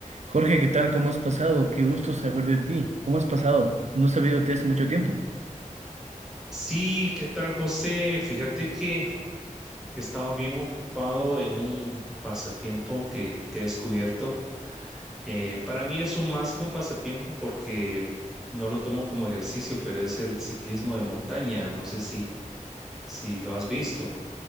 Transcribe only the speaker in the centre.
Sí, ¿qué tal, José? Fíjate que he estado bien ocupado en un pasatiempo que, que he descubierto. Eh, para mí es un más que un pasatiempo porque no lo tomo como ejercicio, pero es el ciclismo de montaña. No sé si, si lo has visto.